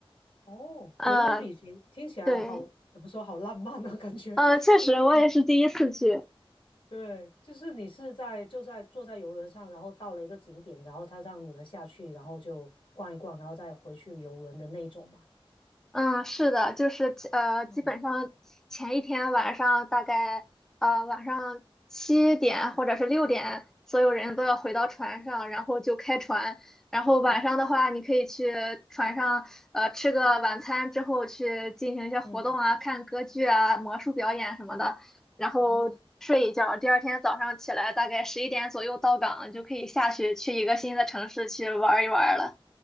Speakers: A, on the left; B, in the centre.
A: 哦，
B: 呃，
A: 游轮旅行听起来好，
B: 对，
A: 怎么说好浪漫呢？<laughs> 感觉就是那种
B: 呃，确实我也是第一次去，
A: 对，就是你是在就在坐在游轮上，然后到了一个景点，然后他让你们下去，然后就逛一逛，然后再回去游轮的那种嘛。
B: 嗯，是的，就是呃，
A: 嗯，
B: 基本上前一天晚上大概呃晚上七点或者是六点，所有人都要回到船上，然后就开船。然后晚上的话，你可以去船上呃吃个晚餐之后去进行一些活动啊，
A: 嗯，
B: 看歌剧啊、魔术表演什么的，然后睡一觉。
A: 哦，
B: 第二天早上起来大概十一点左右到港，就可以下去去一个新的城市去玩一玩了。